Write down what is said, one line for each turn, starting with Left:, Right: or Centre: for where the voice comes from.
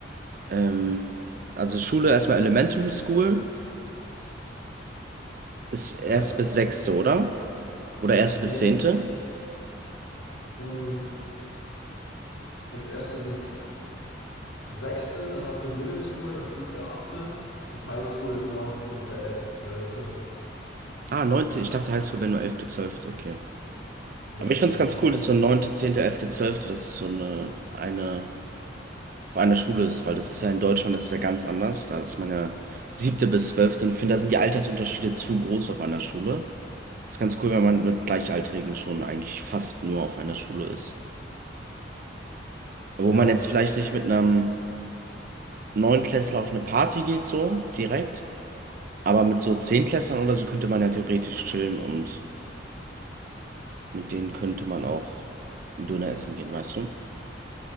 Right: ähm, also Schule erstmal Elementary School ist erst
Left: Ja.
Right: bis sechste, oder? Oder erst
Left: Nee,
Right: bis zehnte?
Left: mh, das erste bis sechste, dann hast du Middle School, das siebte, achte und High School ist neunte, zehnte, elfte, zwölfte.
Right: Ah, neunte, ich dachte Highschool wäre nur elfte, zwölfte, okay.
Left: Nee,
Right: Aber ich find's ganz
Left: und dann,
Right: cool, dass so neunte, zehnte, elfte, zwölfte, das ist so eine, eine an der Schule ist, weil das ist ja in Deutschland, das ist ja ganz anders. Da ist man ja siebte bis zwölfte und ich finde, da sind die Altersunterschiede zu groß auf einer Schule. Das ist ganz cool, wenn man mit Gleichaltrigen schon eigentlich fast nur auf einer Schule ist. Wo
Left: ja,
Right: man jetzt vielleicht nicht mit einem Neunklässler auf eine Party geht, so direkt, aber mit so Zehntklässlern oder so könnte man ja theoretisch chillen und mit denen könnte man auch einen Döner essen gehen, weißt du?